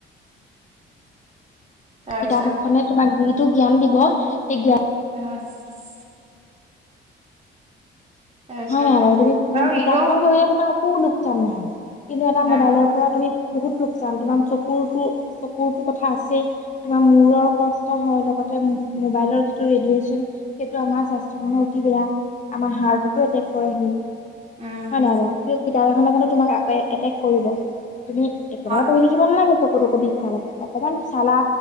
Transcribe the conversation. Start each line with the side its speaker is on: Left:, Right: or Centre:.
Right: তাৰপিছত
Left: কিতাপ এখনে তোমাক যিটো জ্ঞান দিব, সেই জ্ঞান
Right: <unintelligible> তাৰপিছত
Left: হয়, হয় বাৰু। তুমি
Right: আৰু
Left: কিতাপখন
Right: এনেও
Left: পঢ়িলে তোমাৰ একো লোকচান নহয়। কিন্তু এটা
Right: নাই
Left: মোবাইলৰ পৰা তুমি বহুত লোকচান, তোমাৰ চকুৰতো-চকুৰতো কথা আছেই, তোমাৰ মূৰৰ কষ্ট হয় লগত ম-মোবাইলৰ যিটো ৰেডিএছ'ন, আমাৰ স্বাস্থ্যৰ কাৰণে অতি বেয়া, আমাৰ হাৰ্ট কৰেহি।
Right: উম
Left: হয় নাই বাৰু, কিন্তু কিতাপ এখন জানো তোমাক এটেক কৰিব। তুমি একেৰাহে
Right: হয়
Left: পঢ়ি থাকিব নালাগে। <unintelligible> লাগে, অকনমান চালা,